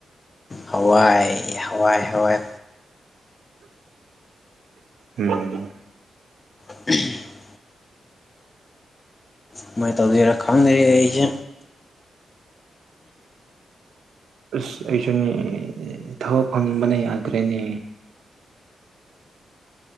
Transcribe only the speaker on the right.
ꯎꯝ
ꯑꯁ ꯑꯩꯁꯨꯅꯦ ꯊꯕꯛ ꯐꯪꯅꯤꯡꯕꯅ ꯌꯥꯗ꯭ꯔꯦꯅꯦ